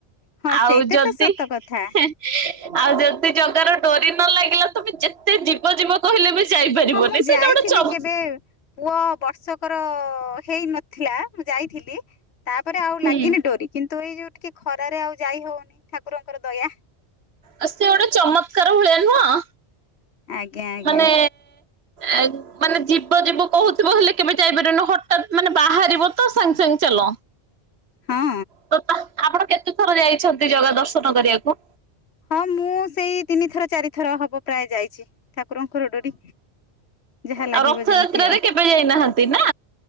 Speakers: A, on the left; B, on the right.
A: ହଁ
B: ଆଉ
A: ସେଇଟା
B: ଯଦି
A: ତ ସତ କଥା
B: ଆଉ ଯେତି ଟଙ୍କାର ଡରି ନ ଲାଗିଲା ତମେ ଯେତେ ଜୀବ ଜୀବ କହିଲେ ବି ଯାଇପାରିବନି
A: ହଁ ମୁଁ
B: ସେଇଟା
A: ଯାଇଥିଲି
B: ଗୋଟେ ଚମ
A: କେବେ ପୁଅ ବର୍ଷକର ହେଇ ନଥିଲା ମୁଁ ଯାଇଥିଲି। ତାପରେ ଆଉ
B: ହୁଁ
A: ଲାଗିନି ଡୋରି କିନ୍ତୁ ତୁ ଏଇ ଯୋଉ ଟିକେ ଖରାରେ ଆଉ ଯାଇ ହଉନି। ଠାକୁରଙ୍କର ଦୟା।
B: ଆ ସେ ଗୋଟେ ଚମତ୍କାର ଭଳିଆ ନୁହଁ?
A: ଆଜ୍ଞା ଆଜ୍ଞା।
B: ମାନେ ଏ ମାନେ ଯିବ ଯିବ କହୁଥିବ ହେଲେ କେବେ ଯାଇପାରିବୁନୁ ହଠାତ୍ ମାନେ ବାହାରିବ ତ ସାଙ୍ଗେ ସାଙ୍ଗେ ଚାଲ।
A: ହଁ।
B: ତ ଆପଣ କେତେ ଥର ଯାଇଛନ୍ତି ଜଗା ଦର୍ଶନ କରିବାକୁ?
A: ହଁ ମୁଁ ସେଇ ତିନି ଥର ଚାରିଥର ହବ ପ୍ରାୟ ଯାଇଚି। ଠାକୁରଙ୍କର ଡୋରି ଯାହା ଲାଗିବ
B: ଆଉ ରଥଯାତ୍ରାରେ
A: ଯେମିତି ଆଉ
B: କେବେ ଯାଇନାହାନ୍ତି ନା?